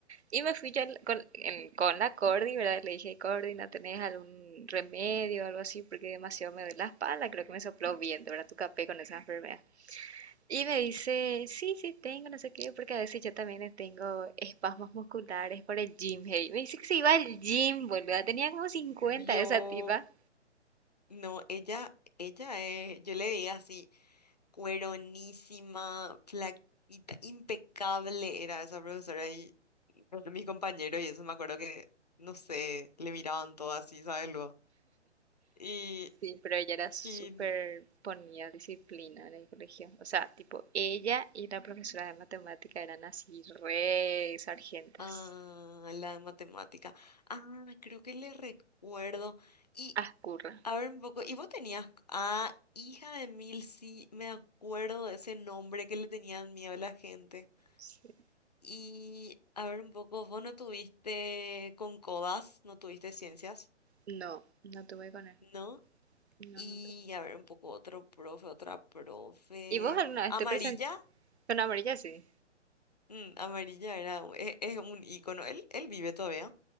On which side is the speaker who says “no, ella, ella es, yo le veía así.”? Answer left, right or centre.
Left